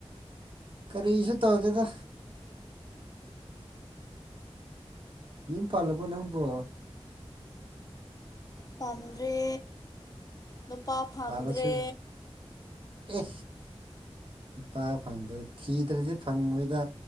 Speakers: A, on the right (about 50°); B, on the left (about 35°).
A: ꯀꯔꯤꯁꯨ ꯇꯧꯗꯦꯗ ꯝꯌꯨꯝ ꯄꯜꯂꯕꯣ ꯅꯪꯕꯣ
B: ꯄꯥꯟꯗ꯭ꯔꯦ ꯅꯨꯄꯥ ꯐꯪꯗ꯭ꯔꯦ
A: ꯄꯥꯜꯂꯁꯨ ꯑꯦ ꯅꯨꯄꯥ ꯐꯪꯗ ꯊꯤꯗ꯭ꯔꯗꯤ ꯐꯪꯉꯣꯏꯗ